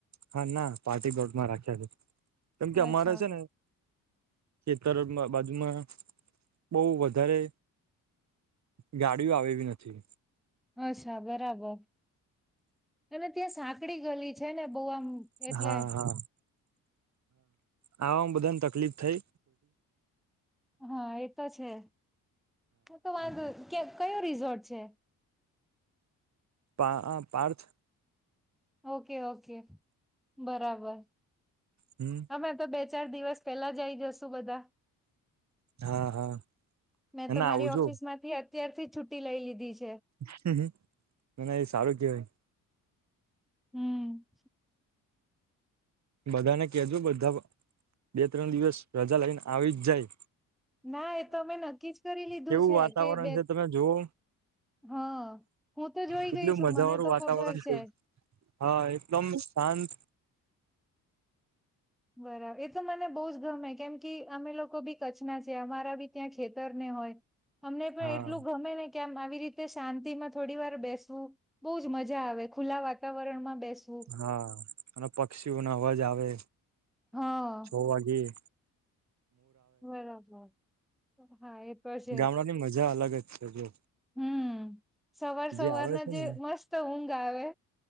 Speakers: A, on the right; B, in the centre.
A: હા ના પાર્ટી પ્લોટ માં રાખ્યા છે. કેમ કે અમારે
B: અચ્છા
A: છે, ને. ખેતરમાં બાજુમાં બહુ વધારે. ગાડીઓ <unintelligible> નથી.
B: અચ્છા બરાબર અને ત્યાં સાંકડી ગલી છે, ને બહુ આમ. એટલે
A: હા હા હા. બધાને તકલીફ થઈ
B: હા એતો છે, તો વાંધ કેમ કયો રિસોર્ટ છે.
A: પા આ પાર્થ.
B: ઓકે ઓકે બરાબર
A: હમ
B: હમે તો બે ચાર દિવસ. પેલા આઈ જશુ બધા.
A: હા હા.
B: મેં
A: અને
B: તો
A: આવજો
B: મારી ઓફિસ માંથી અત્યારથી છુઠી લઈ લીધી છે.
A: <unintelligible> એ સારું કેવાય.
B: હું.
A: બધાને કજો બધા બે ત્રણ દિવસ રજા લઈને આવી જ જાય.
B: ના એ તો અમે નક્કીજ કરી લીધું
A: કેવું
B: છે,
A: વાતાવરણ
B: કે બે
A: છે તમે જોવો
B: હા હું તો જોઈ
A: કેટલું
B: ગઈ છું,
A: મજા
B: મને
A: વાળું
B: તો
A: વાતાવરણ
B: ખબર છે.
A: હા એકદમ શાંત.
B: બરાબર એ તો મને બહુ જ ગમે કેમ કે અમે લોકો બી કચ્છના છે, અમારા બી. ત્યાં ખેતર ને હોય અમને પણ
A: હા
B: એટલું ગમે ને કે આમ આવી. એરીતે શાંતિ માં થોડી વાર બેસવું બહુ. મજા આવે ખુલ્લા વાતાવરણમાં બેસવું.
A: હા અને પક્ષીઓને અવાજ આવે
B: હા
A: છ વાગેે.
B: બરાબર. હા એ તો છે
A: ગામડાની મજા અલગ જ છે, જો.
B: હમ સવાર સવારના
A: જે આવે છે
B: જે
A: ને
B: મસ્ત ઊંઘ આવે.